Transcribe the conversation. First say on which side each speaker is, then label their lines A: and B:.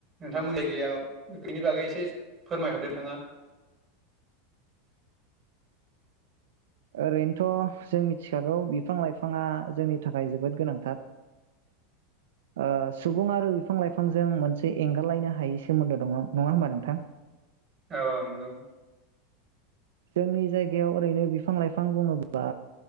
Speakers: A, on the right (about 25°); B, on the right (about 80°).
A: नोंथांमोन जायगायाव बेनि बागै एसे फोरमायहरदों नोंथाङा।
B: ओरैनोथ' जों मिथिखागौ बिफां लाइफां बिफाङा जोंनि थाखाय जोबोद गोनां। ओ सुबुं आरो बिफां लाइफांजों मोनसे एंगारलायनो हायै सोमोन्दो दं नङा होमबा नोंथां।
A: औ औ नंगौ।
B: जोंनि जायगायाव ओरैनो बिफां लाइफां बुङोब्ला